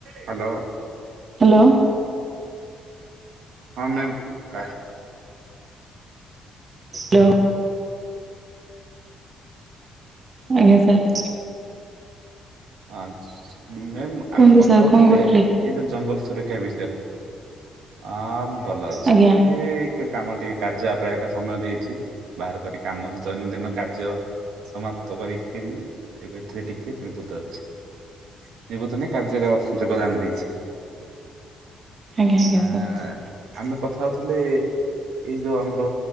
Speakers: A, on the right; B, on the right.
A: Hello.
B: Hello.
A: ହଁ ma'am ହ
B: hello ଆଜ୍ଞା ସାର୍।
A: ହଁ <unintelligible> ମ୍ୟାମ୍
B: କୁହନ୍ତୁ
A: ଆମେ କଥା
B: ସାର୍
A: ହଉଥିଲେ
B: କଣ କରୁଥିଲେ?
A: ଏଇ ଯୋ ଜଙ୍ଗଲ ସୁରକ୍ଷା ବିଷୟରେ? ଆ ଭଲ ଅଛି
B: ଆଜ୍ଞା
A: ଏ କାମ ଟିକେ କାର୍ଯ ପ୍ରାୟ କା ସମୟ ଦେଇଛି ବାହାର କରି କାମ ଦୈନନ୍ଦିନ କାର୍ଯ୍ୟ ସମାପ୍ତ କରିକିରି ଏବେଥିରେ ଟିକେ ନୀବୁ ନିର୍ବତନ କାର୍ଯଯ୍ୟୟ ଯୋଗଦାନ ଦେଇଛି।
B: ଆଜ୍ଞା ଆଜ୍ଞା
A: ହଁଆ
B: ସାର୍
A: ଆମେ କଥା ହଉଥିଲେ ଏଇ ଯୋଉ ଆମର